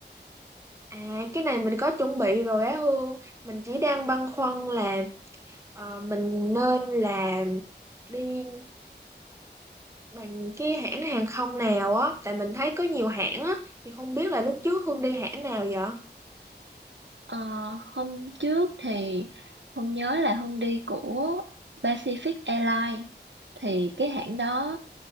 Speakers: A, on the right; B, on the right.
A: à cái này mình có chuẩn bị rồi á Hương mình chỉ đang băn khoăn là ờ, mình nên là đi bằng cái hãng hàng không nào á tại mình thấy có nhiều hãng á thì không biết là lúc trước Hương đi hãng nào vậy
B: Ờ, hôm trước thì Hùng nhớ là Hùng đi của Pacific Airlines thì cái hãng đó